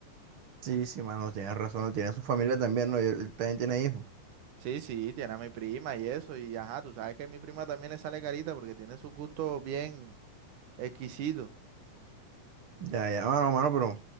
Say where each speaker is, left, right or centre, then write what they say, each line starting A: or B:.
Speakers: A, on the right; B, on the right.
A: Sí, sí, mano, tienes razón, tiene su familia también, ¿no? Y él también tiene hijos.
B: Sí, sí, tiene a mi prima y eso, y ajá, tú sabes que a mi prima también le sale carita porque tiene sus gustos bien exquisitos.
A: Ya, ya, mano, mano, pero,